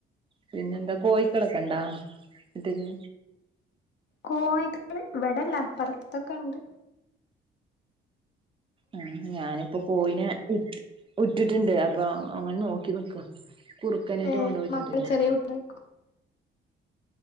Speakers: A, on the right; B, on the left.
A: പിന്നെന്താ കോഴിക്കളൊക്കെ ഇണ്ടാ ഇട്ടര്
B: കോഴിക്കൾ ഇവിടെല്ല അപ്പുറത്തൊക്കെ ഉണ്ട്
A: ആഹ് ഞാനിപ്പോ കോയിനെ ഉറ്റിട്ടുണ്ട് അപ്പൊ അങ്ങനെ നോക്കി നക്കോ കുറുക്കനെറ്റോ
B: ഏ
A: കൊണ്ടോ വൃച്ചിട്ട്
B: <unintelligible>